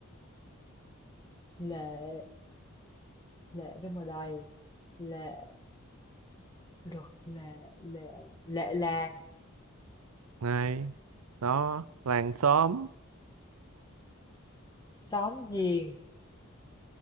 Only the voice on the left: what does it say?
lệ lệ đâu mà đầy lệ luật lệ lệ lệ làng
xóm giềng